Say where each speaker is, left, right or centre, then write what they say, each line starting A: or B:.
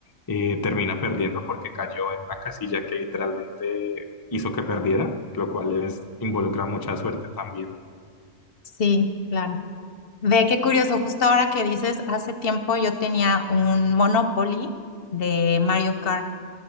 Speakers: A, on the left; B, on the left.
A: eh, termina perdiendo porque cayó en una casilla que literalmente hizo que perdiera, lo cual es, involucra mucha suerte también.
B: Sí, claro. Ve qué curioso, justo ahora que dices, hace tiempo yo tenía un Monopoly de Mario Kart